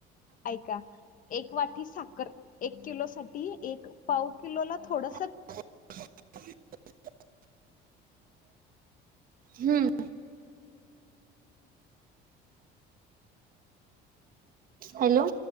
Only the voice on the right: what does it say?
<inaudible> हम्म. हॅलो.